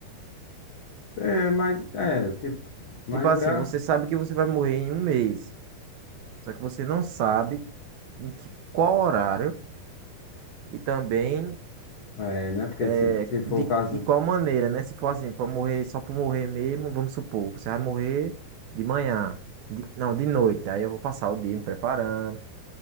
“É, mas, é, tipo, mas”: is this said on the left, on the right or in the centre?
Left